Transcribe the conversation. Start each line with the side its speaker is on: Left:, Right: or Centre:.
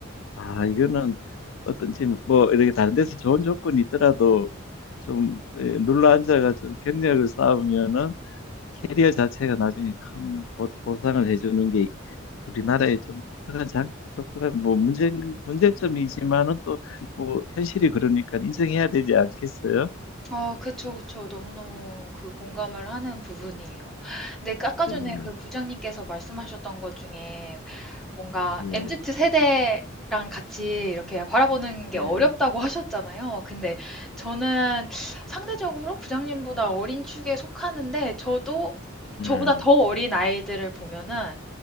Left: 아, 이거는 어떤지 뭐 이렇게 다른 데서 좋은 조건이 있더라도 좀 예, 눌러 앉아가 좀 경력을 쌓으면은 캐리어 자체가 나중에 큰 보- 보상을 해주는 게 우리나라의 좀 독특한 장, 독특한 뭐 문제, 문제점이지만은 또 뭐 현실이 그러니까 인정해야 되지 않겠어요?
Centre: 어, 그쵸, 그쵸. 너무너무 그 공감을 하는 부분이에요. 근데 아까 전에
Left: 음,
Centre: 그 부장님께서 말씀하셨던 것 중에 뭔가
Left: 예,
Centre: MZ 세대랑 같이 이렇게 바라보는 게
Left: 예,
Centre: 어렵다고 <laughs> 하셨잖아요. 근데 저는 상대적으로 부장님보다 어린 축에 속하는데 저도
Left: 네
Centre: 저보다 더 어린 아이들을 보면은